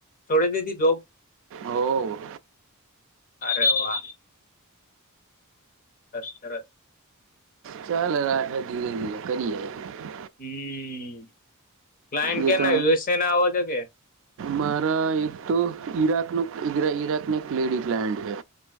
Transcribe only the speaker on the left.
છોડી દીધી જોબ
અરે વા વા બસ સરસ
હમ ક્લાયન્ટ
ક્યાંના
યુએસએ ના આવો છો કે